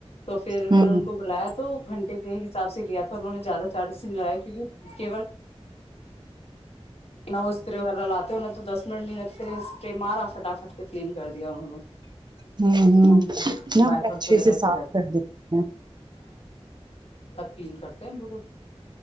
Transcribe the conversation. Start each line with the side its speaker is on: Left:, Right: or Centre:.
Left: تو پھر میں
Right: ہوں
Left: نے ان کو بلایا تو گھنٹے کے حساب سے لیا تھا انہوں نے زیادہ چارجز نہیں لگیا کیونکہ نہ وہ اسپرے وغیرہ لاتے ہویں تو دس منٹ نہیں لگتے اسپرے مارا فٹافٹ سے کلین کر دیا انوں کو
Right: ہوں
Left: ان
Right: ہ
Left: کے
Right: ن وہ
Left: وائپرس
Right: اچھے
Left: وغیرہ
Right: سے
Left: ایسے
Right: صاف
Left: رہتے
Right: کر دیتی ہیں
Left: کین کرتے ہیں بالکل